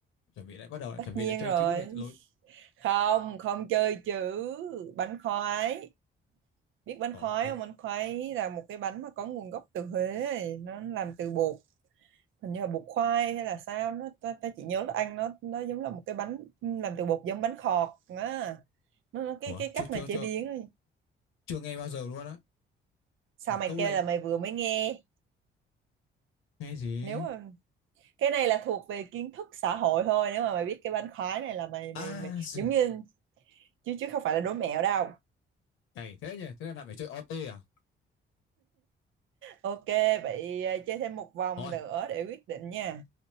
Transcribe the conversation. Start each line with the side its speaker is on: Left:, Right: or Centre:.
Left: chuẩn bị lại bắt đầu lại
Right: Tất
Left: chuẩn bị
Right: nhiên
Left: lại chơi
Right: rồi.
Left: chữ để lối
Right: Không, không chơi chữ. Bánh khoái. Biết bánh
Left: đó
Right: khoái
Left: bánh
Right: không? Bánh khoái là một cái bánh mà có nguồn gốc từ Huế. Nó làm từ bột hình như là bột khoai hay là sao nó ta, ta chỉ nhớ nó ăn nó nó giống là một cái bánh làm từ bột giống bánh khọt á nó, nó cái
Left: ủa
Right: cái
Left: chưa
Right: cách
Left: chưa
Right: mà chế
Left: chưa
Right: biến đó
Left: chưa nghe bao giờ luôn á
Right: sao mày
Left: câu
Right: kêu
Left: này
Right: là mày vừa mới nghe
Left: nghe gì
Right: nếu mà cái này là thuộc về kiến thức xã hội thôi nếu mà mày biết cái bánh khoái này là mày mày
Left: à
Right: mày
Left: Gì?
Right: giống như chứ chứ không phải là đố mẹo đâu
Left: Cày thế nhỉ, thế là lại phải chơi OT à?
Right: ok vậy à, chơi thêm một vòng
Left: Thôi,
Right: nữa để quyết định nha